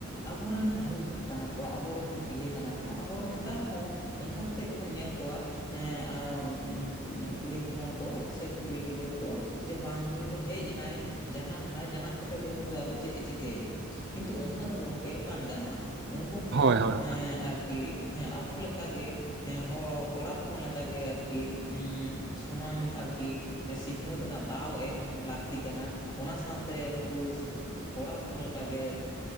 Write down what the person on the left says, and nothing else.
ᱟᱵᱚᱨᱮᱱ ᱟᱭᱳ ᱠᱟᱱᱟ ᱠᱚ ᱟᱵᱚᱨᱮᱱ ᱤᱭᱟᱹ ᱠᱟᱱᱟ ᱠᱚ ᱟᱵᱚᱨᱮᱱ ᱱᱮᱛᱟᱨ ᱦᱚᱸ ᱚᱱᱠᱟ ᱠᱟᱛᱮᱜ ᱜᱮᱵᱚᱱ ᱧᱮᱞ ᱠᱚᱣᱟ ᱦᱮᱸ ᱟᱣ ᱩᱸ ᱠᱩᱲᱤ ᱦᱚᱯᱚᱱ ᱠᱚ ᱥᱮ ᱠᱩᱲᱤ ᱜᱤᱫᱟᱹᱨ ᱠᱚ ᱡᱮ ᱵᱟᱝ ᱱᱩᱭ ᱫᱚ ᱦᱮᱡ ᱮᱱᱟᱭ ᱡᱟᱱᱟᱢ ᱱᱟᱭ ᱡᱟᱱᱟᱢ ᱠᱟᱛᱮᱫ ᱫᱚ ᱱᱩᱭ ᱫᱚ ᱟᱫᱚ ᱪᱮᱫ ᱮ ᱪᱤᱠᱟᱹᱭᱟ ᱠᱤᱱᱛᱩ ᱚᱱᱠᱟ ᱫᱚ ᱜᱚᱝᱠᱮ ᱵᱟᱝ ᱜᱟᱱᱚᱜᱼᱟ᱾ ᱩᱱᱠᱩ ᱦᱚᱸ
ᱮᱸ ᱟᱨᱠᱤ ᱠᱤ ᱦᱮᱸ ᱟᱵᱚ ᱞᱮᱠ ᱜᱮᱸ ᱦᱚᱲ ᱠᱚᱲᱟ ᱦᱚᱯᱚᱱ ᱞᱮᱠᱟᱜ ᱜᱮ ᱟᱨᱠᱤ ᱩᱸ ᱥᱚᱢᱟᱱ ᱟᱨᱠᱤ ᱥᱤᱠᱷᱱᱟᱹᱛ ᱨᱮᱱᱟᱜ ᱫᱟᱣ ᱮᱢ ᱞᱟᱹᱠᱛᱤ ᱠᱟᱱᱟ᱾ ᱚᱱᱟ ᱥᱟᱶᱛᱮ ᱩᱱᱠᱩ ᱠᱚᱲᱟ ᱦᱚᱯᱚᱱ ᱞᱮᱠᱟ ᱜᱮ